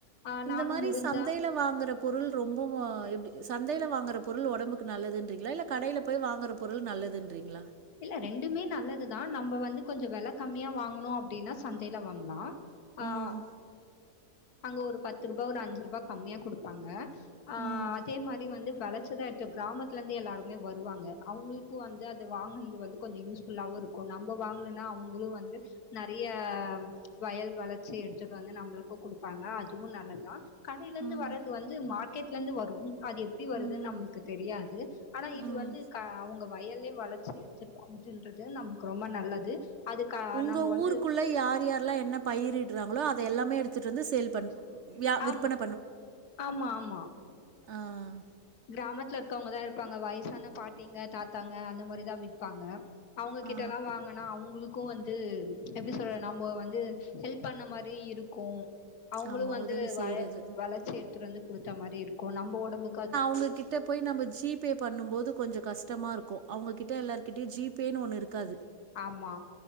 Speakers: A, on the left; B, on the right.
A: ஆ
B: இந்த
A: நானும்
B: மாரி
A: முடிஞ்சா
B: சந்தேல வாங்குறப் பொருள் ரொம்போ ஆஹ் எப்டி சந்தேய்ல வாங்கெற பொருள் ஒடம்புக்கு நல்லதுன்றிங்களா இல்ல கடேல போய் வாங்கெற பொருள் நல்லதின்றிங்களா
A: இல்ல ரெண்டுமே நல்லதுதான் நம்ப வந்து கொஞ்சோ வெல கம்மியா வாங்கணு அப்டின்னா சந்தையில வாங்லா ஆஹ்
B: ம்
A: அங்க ஒரு பத்து ரூபா ஒரு அஞ்சு ரூபா கம்மியாக குடுப்பாங்க ஆஹ்
B: ம்
A: அதே மாரி வந்து வெல ச்சதா எடுத் கிராமத்துலெந்து எல்லாருமே வருவாங்க அவ்ங்ளுக்கு வந்து அது வாங்குன்து வந்து கொஞ்சோ யூஸ்ஃபுல்லாவு இருக்கு நம்ப வாங்ணுன்னா அவ்ங்குளு வந்து நெற்ய ஆஹ் வயல் வளர்ச்சி எடுத்துட்டு வந்து நம்ப்ளுக்கு குடுப்பாங்க அதுவும் நல்லதான் கடையிலருந்து
B: ம்
A: வர்றது வந்து மார்க்கெட்லேந்து வரும் அது எப்டி வருதுன்னு
B: ம்
A: நம்ளுக்கு தெரியாது ஆனா இது
B: ம்
A: வந்து கா அவ்ங்க வயலே வளப் செ செர் <unintelligible> ந்துன்றது நம்ளுக்கு ரொம்ப நல்லது அதுக்கா
B: உங்க
A: நம்ம வந்து
B: ஊருக்குள்ள யார் யாரெல்லா என்ன பயிரிடறாங்களோ அந் இத எல்லாமே எடுத்துட்டு வந்து சேல் பண் வியா விற்பன
A: ஆமா ஆமா ஆமா
B: ஆஹ்
A: கிராமத்துல இருக்கவங்கதா இருப்பாங்க வய்சான பாட்டிங்க தாத்தாங்க அந்த மாரிதா விற்பாங்க அவுங்க கிட்ட
B: ஆ
A: எல்லா வாங்கனா அவுங்களுக் க்கு வந்து எப்டி சொல்ற நாம வந்து ஹெல்ப் பண்ண மாரி இருக்கு அவுங்குளு
B: ஆமா
A: வந்து
B: உதவி செய்யறது.
A: வ வளர்ச்சி டை திருந்து குடுத்த மாரி இருக்கு ப்போ நம்ம ஓடம்புக்கு அது
B: உங்ககிட்ட போய் நம்ம ஜிபே பண்ணும்போது கொஞ்சோ கஷ்டமா இருக்கு அவ்ங்க கிட்ட எல்லார் கிட்டயு ஜிபேன்னு ஒன்னு இருக்காது
A: ஆமா